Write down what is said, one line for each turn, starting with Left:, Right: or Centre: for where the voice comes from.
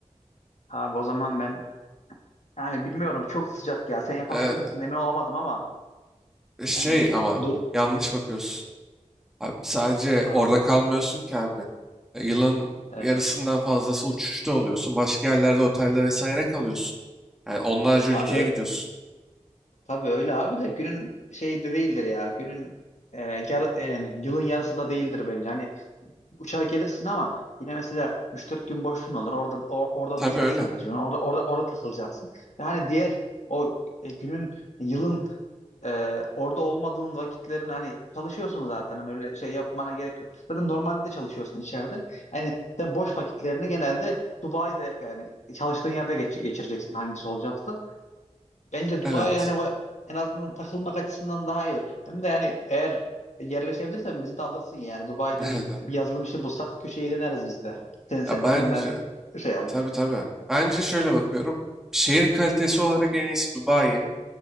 Left: Abi o zaman ben yani bilmiyorum çok sıcak ya. Sen yapabilir
Centre: E,
Left: misin? Emin olamadım ama
Centre: e, şey
Left: Yani du,
Centre: ama
Left: du
Centre: yanlış bakıyorsun. Abi sadece
Left: niye
Centre: orada
Left: abi?
Centre: kalmıyorsun ki abi. E, Yılın
Left: Evet.
Centre: yarısından fazlası uçuşta oluyorsun. Başka yerlerde otelde vesaire kalıyorsun. Yani onlarca ülkeye
Left: Abi ö-
Centre: gidiyorsun.
Left: tabii öyle abi de günün şeyi de değildir ya. Günün e, yar- e, yani yılın yarısı da değildir bence. Hani uçar gelirsin ama yine mesela 3-4 gün boşluğun olur. Orada or- orada
Centre: Tabii
Left: duracaksın
Centre: öyle.
Left: mecburen. Orada orada orada takılacaksın. Yani diğer o e, günün, yılın e, orada olmadığın vakitlerin hani çalışıyorsun zaten. Hani öyle şey yapmana gerek yok. Zaten normalde de çalışıyorsun içeride. Yani sen boş vakitlerini genelde Dubai'de yani çalıştığın yerde geç- geçireceksin hangisi olacaksa. Bence Dubai
Centre: Evet.
Left: hani bu- en azından takılmak açısından daha iyi olur. Hem de yani eğer yerleşebilirsen bizi de alırsın yani. Yani Dubai'de
Centre: <laughs> Evet.
Left: bir,
Centre: evet.
Left: bir yazılım işi bulsak köşeyi döneriz biz de. Sen, sen-
Centre: Ya bence
Left: senden şey alıp.
Centre: tabii tabii. Bence şöyle bakıyorum. Şehir kalitesi olarak en iyisi Dubai.